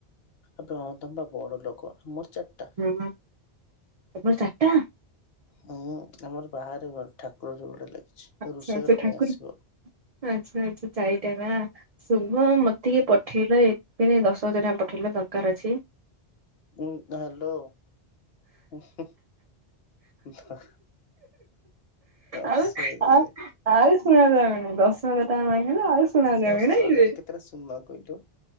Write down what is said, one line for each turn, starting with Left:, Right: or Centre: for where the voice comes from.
Left: ଆବେ ହଁ ତମେ ବା ବଡ ଲୋକ ଆମର ଚାରିଟା।
Right: ହୁଁ ହୁଁ ତମର ଚାରିଟା?
Left: ହୁଁ ଆମର ବାହାରେ ଘର ଠାକୁର ଘରେ ଗୋଟେ ଲାଗିଛି।
Right: ଆଛା
Left: ରୋଷେଇ
Right: ଆଛା
Left: ଘର
Right: ଠାକୁର
Left: ପାଇଁ ଆସିବ
Right: ଆଚ୍ଛା ଆଚ୍ଛା ଚାରିଟା ନା? ଶୁଭ ମତେ ଟିକେ ପଠେଇଲ ଏଥିଖିଣି ଦଶ ହଜାର ଟଙ୍କା ପଠେଇଲ ଦରକାର ଅଛି।
Left: ଉଁ ହ୍ୟାଲୋ ଉଁ ହୁଁ। ଧ ଦଶ
Right: ଆଉ
Left: ହଜାରେ
Right: ଆଉ ଆଉ ଶୁଣା ଯାଉନି ଦଶହଜାର ଟଙ୍କା ମାଗିଲେ ଆଉ ଶୁଣା
Left: ଦଶ
Right: ଯାଉନି ନାଇଁକିରେ।
Left: ହଜାର କେତେଟା ଶୁନ କହିଲୁ?